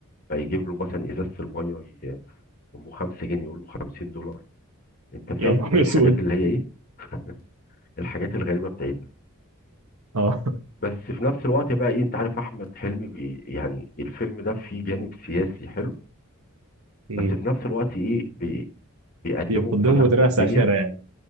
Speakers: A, on the left; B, on the right.
A: فيجيب له مثلا ازازه الميه ي- امه 5 جنيه يقول له 50 دولار انت فاهم
B: يا نهار
A: بقى
B: اسود
A: الحاجات اللي هي ايه <laughs> الحاجات الغريبه بتاعتنا
B: اه
A: بس في نفس الوقت بقى ايه انت عارف احمد حلمي بي يعني الفيلم ده فيه جانب سياسي حلو
B: مم.
A: بس في نفس الوقت ايه بي بيقدمه
B: بيقدمه
A: بطريقه
B: بطريقه
A: كوميديه
B: ساخره يعني